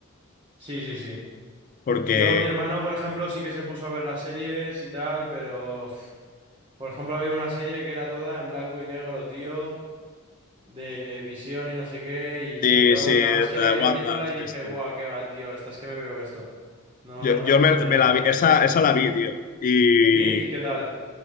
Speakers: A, on the right; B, on the left.
A: Sí, sí, sí.
B: porque.
A: Yo, mi hermano, por ejemplo, sí que se puso a ver las series y tal, pero... uf, Por ejemplo, había una serie que era toda en blanco y negro, tío. de visión y no sé qué, y
B: Sí,
A: yo
B: sí,
A: nada más que
B: de
A: le vi
B: Wanda,
A: viéndola
B: sí,
A: y dije,
B: sí.
A: buah, qué va, tío, estás que me veo esto. No,
B: Yo,
A: no me
B: yo
A: apetecía
B: me, me
A: nada.
B: la vi, esa, esa la vi, tío. y
A: ¿Sí? ¿Y qué tal?